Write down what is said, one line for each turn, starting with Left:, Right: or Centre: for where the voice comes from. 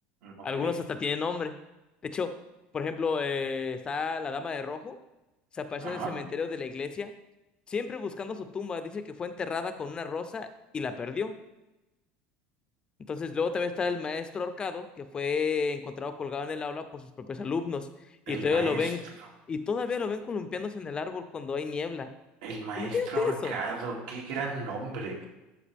Right: ok.
Left: Algunos hasta tienen nombre. De hecho, por ejemplo, eh, está la Dama de Rojo, se aparece
Right: Ajá.
Left: en el cementerio de la iglesia, siempre buscando su tumba. Dice que fue enterrada con una rosa y la perdió entonces, luego también está el maestro ahorcado, que fue encontrado colgado en el aula por sus propios alumnos,
Right: El
Left: y todavía
Right: maestro.
Left: lo ven, y todavía lo ven columpiándose en el árbol cuando hay niebla.
Right: El maestro
Left: Imagínate
Right: ahorcado.
Left: eso.
Right: Qué gran nombre.